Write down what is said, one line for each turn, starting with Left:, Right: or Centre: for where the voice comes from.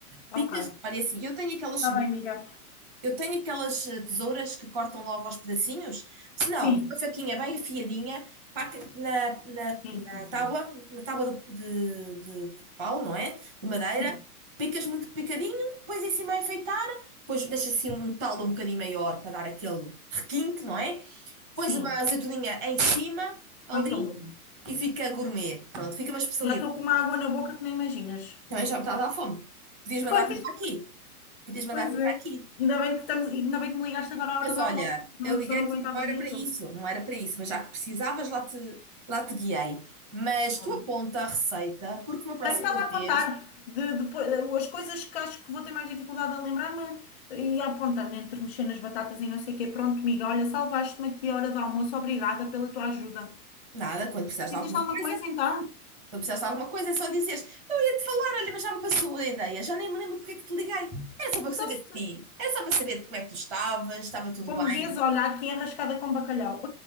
Left: ok.
Centre: Picas, olha assim, eu tenho aquelas
Left: Tá
Centre: cebolas.
Left: bem, amiga.
Centre: Eu tenho aquelas eh, tesouras que cortam logo aos pedacinhos. Se não,
Left: Sim,
Centre: uma faquinha bem afiadinha, pá, que- na, na, na
Left: sim, sim, sim.
Centre: tábua, na tábua de, de, de- de pau, não é? De madeira.
Left: Sim,
Centre: Picas muito picadinho, pões em cima a enfeitar, depois deixas assim um talo um bocadinho maior para dar aquele requinte, não é?
Left: sim.
Centre: Pões uma azeitoninha em cima, ali,
Left: Ai, tão bom.
Centre: e fica gourmet. Pronto, fica uma especialidade.
Left: Já estou com uma água na boca que nem imaginas.
Centre: Também já me está a dar fome. Podias
Left: <laughs>
Centre: mandar vir para aqui. Podias mandar
Left: Pois
Centre: vir para
Left: é.
Centre: aqui.
Left: Ainda bem que estamos, ainda bem que me ligaste agora à hora
Centre: Mas
Left: do
Centre: olha,
Left: almoço, senão
Centre: eu
Left: eu
Centre: liguei-te,
Left: só não aguentava
Centre: não era
Left: o dia
Centre: para isso,
Left: todo.
Centre: não era para isso, mas já que precisavas, lá te, lá te guiei. Mas
Left: Tá
Centre: tu
Left: bem.
Centre: aponta a receita, porque uma próxima
Left: Tenho estado a apontar
Centre: vez,
Left: de, depois, as coisas que acho que vou ter mais dificuldade a lembrar-me e apontando entre mexer nas batatas e não sei o quê. Pronto, amiga, olha, salvaste-me aqui a hora do almoço. Obrigada pela tua ajuda.
Centre: nada, quando precisares
Left: Fizeste
Centre: de alguma
Left: alguma
Centre: coisa,
Left: coisa então?
Centre: quando precisares de alguma coisa, é só dizeres, eu ia-te falar, olha, mas já me passou a ideia, já nem me lembro porque é que te liguei. Era só para saber
Left: Então, se,
Centre: de ti, era só para saber de como é que tu estavas, estava tudo
Left: como
Centre: bem.
Left: vês, olha, aqui enrascada com bacalhau.